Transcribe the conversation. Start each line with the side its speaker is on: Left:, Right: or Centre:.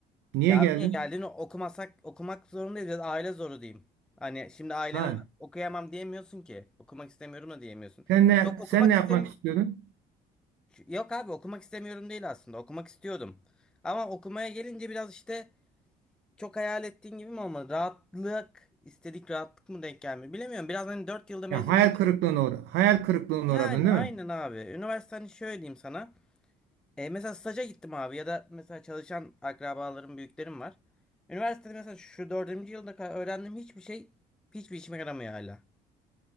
Right: Niye
Centre: Ya
Right: geldin?
Centre: abi niye geldiğini okumasak okumak zorundayız ya da aile zoru diyeyim. Hani şimdi ailene
Right: Ha.
Centre: okuyamam diyemiyorsun ki. Okumak istemiyorum da diyemiyorsun.
Right: Sen ne
Centre: Çok okumak
Right: sen ne
Centre: istemiyorum.
Right: yapmak istiyordun?
Centre: Yok abi okumak istemiyorum değil aslında. Okumak istiyordum. Ama okumaya gelince biraz işte çok hayal ettiğin gibi mi olmadı? Rahatlık, istedik rahatlık mı denk gelmiyor? Bilemiyorum. Biraz hani 4 yılda mezun
Right: Ya hayal
Centre: olacak.
Right: kırıklığına uğra hayal kırıklığına
Centre: Yani
Right: uğradın değil
Centre: aynen
Right: mi?
Centre: abi. Üniversite hani şöyle diyeyim sana. E, mesela staja gittim abi ya da mesela çalışan akrabalarım, büyüklerim var. Üniversitede mesela şu dördüncü yılda kadar öğrendiğim hiçbir şey hiçbir işime yaramıyor hala.